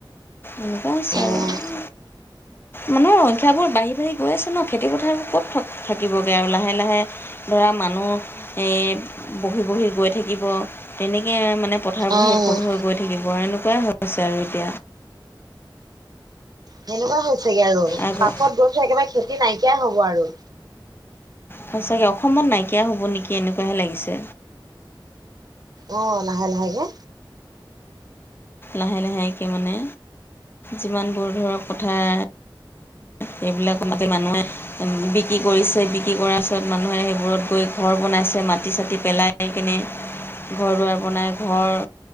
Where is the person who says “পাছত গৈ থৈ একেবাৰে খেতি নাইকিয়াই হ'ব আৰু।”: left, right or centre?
Right